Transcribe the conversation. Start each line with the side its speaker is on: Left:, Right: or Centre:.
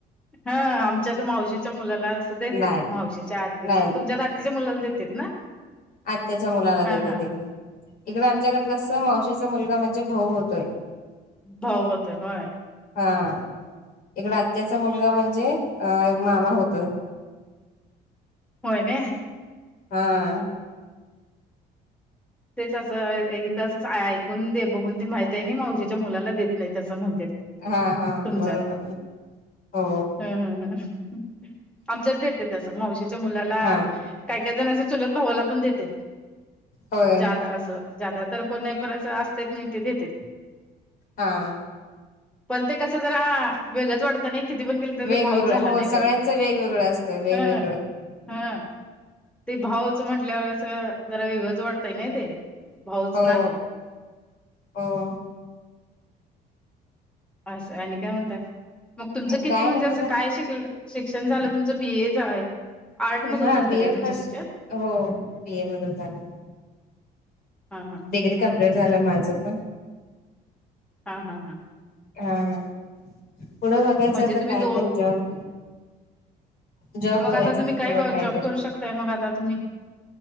Centre: हा आमच्या तर मावशीच्या मुलाला देते
Left: नाही
Centre: मावशेच्या आच्या
Left: नाही
Centre: तुमच्यात आातीच्या मुलाला देतेत ना.
Left: आत््याच्या मुलाला देते
Centre: हा हा
Left: एकडें. इकडे आमच्याकडे कसं मावशीचा मुलगा म्हणजे भाऊ होतोय.
Centre: भाऊ होत आहे होय.
Left: हा <inaudible> इकड आत्याचा मुलगा म्हणजे अ मामा होतोय.
Centre: होय न.
Left: हा.
Centre: तेच असं इथं ऐकून दे बघून ते माहित आहे नाही माऊजेच्या मुलाला देत नाही त असं म्हणते.
Left: हा हा
Centre: तुमच्यात
Left: बरोबर ना <inaudible> हो.
Centre: ह ह आमच्यात देते तसं मावशीच्या मुलाला.
Left: हा
Centre: काय काय जण असं चुलत भावाला पण देते.
Left: होय
Centre: जादा असं जादा तर को नाही परयच असतेच नाही ते देतेत.
Left: हा.
Centre: परत कसं जरा वेगच वाटत नाही किती पण केलं तर
Left: वेगवेगळं
Centre: ते भाऊच झाला
Left: हो
Centre: नाही
Left: सगळ्यांचं
Centre: तो
Left: वेगवेगळं असतं वेगवेगळं
Centre: ह. हा ते भावच म्हंटल्यावर कसं जरा वेगळंच वाटतय ना ते. भाऊच
Left: हो
Centre: ना तो
Left: <inaudible> हो.
Centre: असं आणि काय म्हणत मग तुमचं किती
Left: काय
Centre: म्हणजे
Left: नाही बघा
Centre: असं काय शिकल शिक्षण झालं तुमचं बीए. आर्ट मधून
Left: हा
Centre: झालत
Left: बीए
Centre: काय तुमचं
Left: फर्स्ट
Centre: शिक्षण. <inaudible>
Left: हो बीए मधून झालं
Centre: हा हा
Left: डिग्री
Centre: हा.
Left: कम्प्लीट झालं माझं पण.
Centre: हा हा हा.
Left: हा <inaudible> पुढं बघायचं
Centre: म्हणजे
Left: आता
Centre: तुम्ही
Left: कायतरी
Centre: दो
Left: जॉब. जॉब
Centre: मग
Left: बघायचं
Centre: आता तुम्ही काय
Left: पुढं कायतरी
Centre: जॉब करू शकताय मग आता तुम्ही.